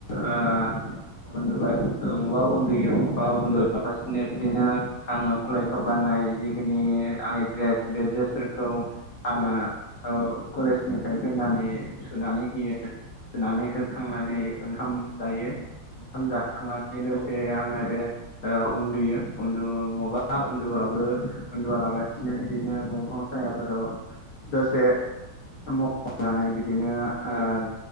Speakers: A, on the left; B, on the right.
A: ओ उन्दुबाय मबा उन्दुयो मबा उन्दुफासिनो बिदिनो आङो कलेजाव
B: औ
A: गाननाय जिखिनि आंनि दड्रेस बे दड्रेसफोरखौ आङो
B: औ
A: औ कलेजनिफ्राय फैनानै सुनानै होयो सुनानै हो खांनानै
B: औ नोंथां
A: ओंखाम जायो ओंखाम जाखांनानै दसे
B: औ
A: आङो रेज ओ उन्दुयो उन्दु माबा उन्दुआबो
B: औ
A: उन्दुालाबासि बिदिनो बिदिनो दंफां सायाफोराव दसे मबाइल नायनानै बिदि बिदिनो ओ
B: औ